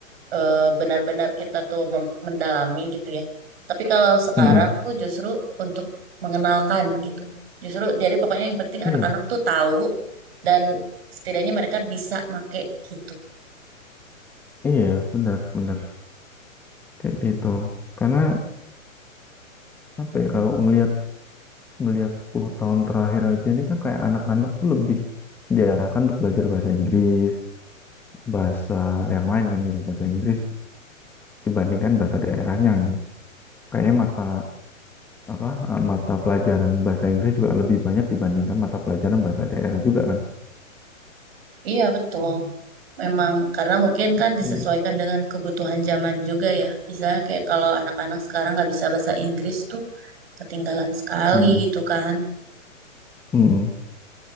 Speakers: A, on the right; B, in the centre.
A: eh, benar-benar kita tuh mem- mendalami gitu ya. Tapi kalau sekarang
B: Mm-mm.
A: tuh justru untuk mengenalkan gitu. Justru jadi pokoknya yang penting
B: iya
A: anak-anak tuh tahu dan setidaknya mereka bisa make gitu.
B: iya benar benar kayak gitu karena apa ya kalau ngelihat ngelihat 10 tahun terakhir aja ini kan kayak anak-anak tuh lebih diarahkan untuk belajar bahasa Inggris bahasa yang lain kan gitu bahasa Inggris dibandingkan bahasa daerahnya kayaknya mata apa eh, mata pelajaran bahasa Inggris juga lebih banyak dibandingkan mata pelajaran bahasa daerah juga kan
A: Iya betul. Memang karena mungkin kan
B: kayak
A: disesuaikan
B: gitu
A: dengan kebutuhan zaman juga ya. Misalnya kayak kalau anak-anak sekarang nggak bisa bahasa Inggris tuh ketinggalan sekali
B: Mm,
A: gitu kan.
B: mm,